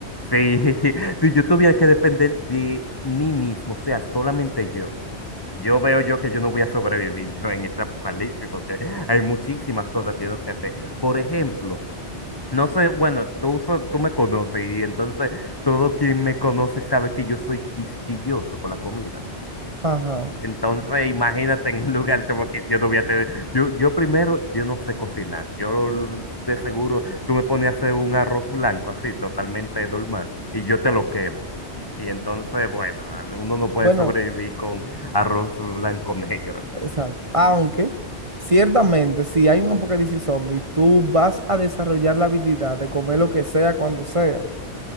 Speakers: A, on the left (about 20°); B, on the right (about 30°).
A: sí, <laughs> si yo tuviera que depender de mí mismo, o sea, solamente yo, yo veo yo que yo no voy a sobrevivir yo en este apocalipsis porque hay muchísimas cosas que yo no sé hacer. Por ejemplo, no sé, bueno, tú, so- tú me conoces y entonces todo quien me conoce sabe que yo soy quisquilloso con la comida.
B: Ajá.
A: Entonces, imagínate en un lugar como que yo no voy a tener. Yo, yo primero, yo no sé cocinar. Yo de seguro, tú me pones a hacer un arroz blanco así, totalmente normal, y yo te lo quemo. Y entonces, bueno, uno no puede
B: Bueno,
A: sobrevivir con arroz blanco <laughs> negro.
B: exacto. Aunque, ciertamente, si hay un apocalipsis zombie, tú vas a desarrollar la habilidad de comer lo que sea cuando sea.